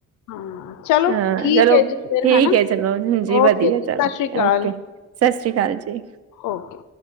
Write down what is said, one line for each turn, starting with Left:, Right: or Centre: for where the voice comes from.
Left: ਹਾਂ ਚਲੋ
Right: ਹਾਂ
Left: ਠੀਕ
Right: ਚਲੋ
Left: ਹੈ ਜੀ ਫਿਰ
Right: ਠੀਕ
Left: ਹਨਾ
Right: ਹੈ ਚਲੋ ਹਾਜੀ
Left: ਓਕੇ
Right: ਵਧੀਆ
Left: ਜੀ
Right: ਚੱਲ
Left: ਸਤਿ ਸ਼੍ਰੀ ਅਕਾਲ
Right: ਓਕੇ। ਸਸਰੀ ਅਕਾਲ ਜੀ।
Left: ਓਕੇ।